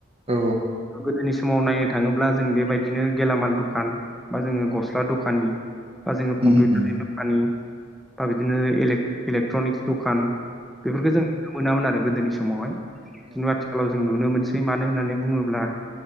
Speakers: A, on the right (about 30°); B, in the centre.
A: औ
B: गोदोनि समाव नायनो थाङोब्ला जों बेबायदिनो गेलामाल दखान बा जोङो गस्ला दखानि बा जोङो
A: उम
B: कम्पिउटारनि दखानि बा बिदिनो इलेक्ट्रनिक्स दखान बेफोरखौ
A: औ
B: जों नुनो मोनामोन आरो गोदोनि समावहाय
A: औ
B: खिन्थु आथिखालाव जों नुनो मोनसै मानो होननानै बुङो अब्ला